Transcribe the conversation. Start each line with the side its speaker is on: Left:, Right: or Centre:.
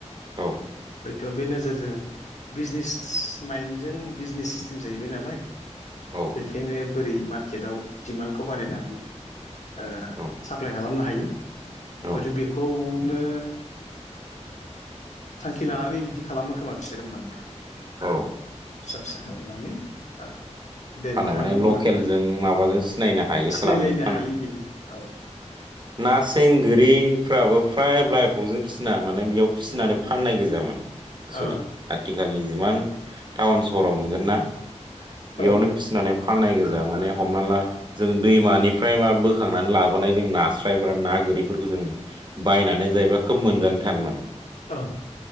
Right: औ
Left: हयथ' बे नोजोरजों बिजनेस माइन्जों बिजनेस सिस्टेम जाहैबाय नालाय
Right: औ
Left: बेखायनो बोरै मार्केटआव डिमान्डखौ बारायनानै ओ
Right: औ
Left: साप्लाइ खालामनो हायो
Right: औ
Left: हयथ' बेखौ नो थांखि लानानै बिदि खालामो खोमा बिसोर होमबा नोंथां
Right: औ
Left: फिसा फिसा खालामनानै ओं दे नोंथाङा
Right: फाना माने
Left: बुंबावदो
Right: लकेलजों
Left: होमबा
Right: माबाजों सिनायनो हायो
Left: सिनायलायनो
Right: खालामो फाना
Left: हायि बायदि औ
Right: ना सें गो <unintelligible> दैफ्राबो फ्राय बइफावजों फिसिना माने बेयाव फिसिनानै फाननाय गोजा माने एक्सुलि
Left: ओं
Right: आथिखालनि जिमान टाउन सहराव मोनगोन ना बेयावनो
Left: औ
Right: होननानै फाननाय गोजा माने हमना ला जों दैमानिफ्राय मा बोखांनानै लाबोनाय जों नास्रायब्रा ना गोरिफोरखौ जों बायनानै जायोबा खोब मोनजानो थान माने
Left: ओं